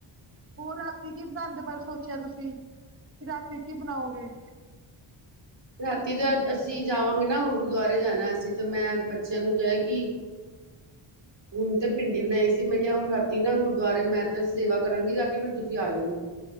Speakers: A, on the right (about 25°); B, on the right (about 55°).
A: ਉਹ ਰਾਤੀ ਕੀ ਬਣਾਉਣ ਦੇ ਬਾਰੇ ਸੋਚਿਆ ਤੁਸੀਂ ਕਿ ਰਾਤੀ ਕੀ ਬਣਾਓਗੇ,
B: ਰਾਤੀ ਦਾ ਅਸੀਂ ਜਾਵਾਂਗੇ ਨਾ ਗੁਰਦੁਆਰੇ ਜਾਣਾ ਅਸੀਂ ਤਾਂ ਮੈਂ ਬੱਚਿਆਂ ਨੂੰ ਕਿਹਾ ਕਿ <unintelligible> <inaudible> ਹੁਣ ਤੇ ਭਿੰਡੀ ਬਣਾਈ ਸੀ ਮੈਂ ਕਿਹਾ ਹੁਣ ਰਾਤੀ ਨਾ ਗੁਰਦੁਆਰੇ ਮੈਂ ਤਾਂ ਸੇਵਾ ਕਰਾਂਗੀ ਜਾ ਕੇ ਫਿਰ ਤੁਸੀਂ ਆ ਜਾਂਣਾ।